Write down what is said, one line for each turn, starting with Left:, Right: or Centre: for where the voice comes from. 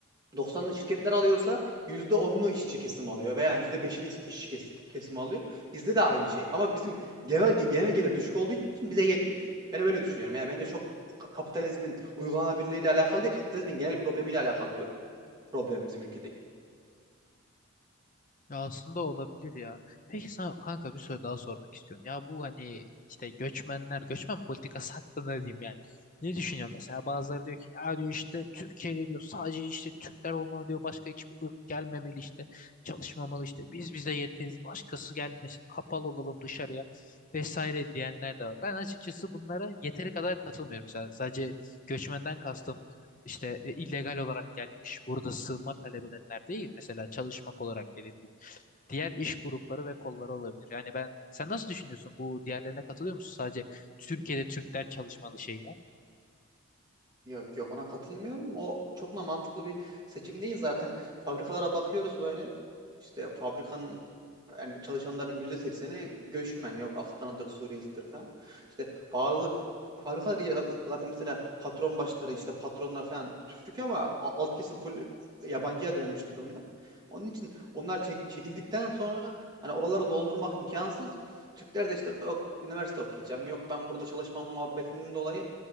Right: 90'lı şirketler alıyorsa yüzde onunu işçi kesim alıyor veya yüzde iş- işçi kes- kesimi alıyor. Bizde de aynı şey. Ama bizim genel, genel gelir düşük olduğu için bize yetmiyor. Ben böyle düşünüyorum. Yani bence çok ka- kapitalizmin uygulanabilirliğiyle alakalı değil, kapitalizmin genel problemiyle alakalı bir problem bizim ülkedeki.
Left: Ya aslında olabilir ya. Peki sana kanka bir soru daha sormak istiyorum. Ya bu hani işte göçmenler, göçmen politikası hakkında ne diyeyim yani. Ne düşünüyorsun mesela bazıları diyor ki ya diyor işte Türkiye'de diyor sadece işte Türkler olmalı diyor başka hiçbir ırk gelmemeli işte çalışmamalı işte biz bize yeteriz başkası gelmesin kapalı olalım dışarıya vesaire diyenler de var. Ben açıkçası bunlara yeteri kadar katılmıyorum mesela sadece göçmenden kastım işte e, illegal olarak gelmiş burada sığınma talep edenler değil mesela çalışmak olarak gelebilecek diğer iş grupları ve kolları olabilir. Yani ben sen nasıl düşünüyorsun? Bu diğerlerine katılıyor musun? Sadece Türkiye'de Türkler çalışmalı şeyler.
Right: Yok yok ona katılmıyorum. O çok da mantıklı bir seçim değil zaten. Fabrikalara bakıyoruz böyle. İşte fabrikanın yani çalışanların yüzde sekseni göçmen. Yok Afgan'ıdır, Suriye'sidir falan. İşte bazı fabrikalar iyi. zaten mesela patron başları işte patronlar falan Türk ama a- alt kesim full yabancıya dönmüş durumda. Onun için onlar çek- çekildikten sonra hani oraları doldurmak imkansız. Türkler de işte yok üniversite okuyacağım, yok ben burada çalışmam muhabbetinden dolayı